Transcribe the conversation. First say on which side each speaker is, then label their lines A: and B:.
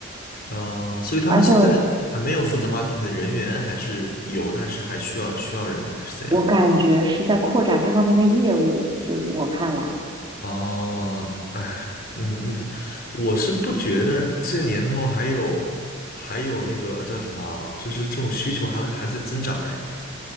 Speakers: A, on the left (about 50°); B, on the right (about 25°).
A: 啊、
B: <laughs>
A: 所以他们现在还没有负责
B: 而且我
A: marketing 的人员，还是有，但是还需要需要人，还是怎样？
B: 我感觉是在扩展这方面的业务，就是我看来，
A: 哦，哎，嗯，嗯，我是不觉得这年头还有还有那个叫什么啊就是这种需求还还在增长哎。